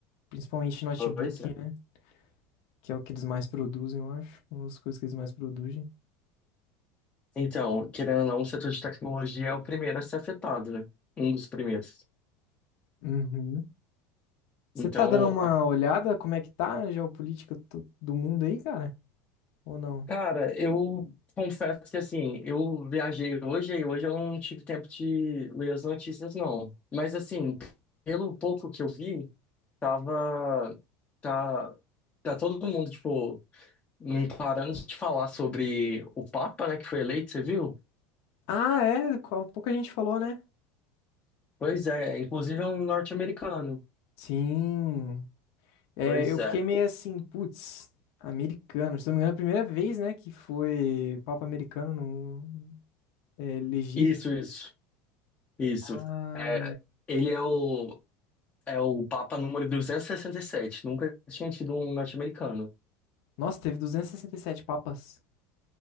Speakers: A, on the left; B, on the left.
A: Principalmente notebook,
B: coisa.
A: né? Que é o que eles mais produzem, eu acho. Uma das coisas que eles mais produzem.
B: Então, querendo ou não, o setor de tecnologia é o primeiro a ser afetado, né? Um dos primeiros.
A: Uhum. Você
B: Então,
A: tá dando uma olhada como é que tá a geopolítica to- do mundo aí, cara? Ou não?
B: Cara, eu confesso que assim, eu viajei hoje e hoje eu não tive tempo de ler as notícias, não. Mas assim, pelo pouco que eu vi, tava. Tá, tá todo mundo, tipo, não parando de falar sobre o Papa, né, que foi eleito, você viu?
A: Ah, é, qual pouca gente falou, né?
B: Pois é, inclusive é um norte-americano.
A: Sim. É,
B: Pois
A: eu fiquei
B: é.
A: meio assim, putz, americano. Se não me engano, é a primeira vez, né, que foi Papa americano no, é, elegido.
B: Isso, isso, isso.
A: Ah,
B: É, ele é o, é o Papa número duzentos e e sessenta e sete. Nunca tinha tido um norte-americano.
A: nossa, teve 267 papas.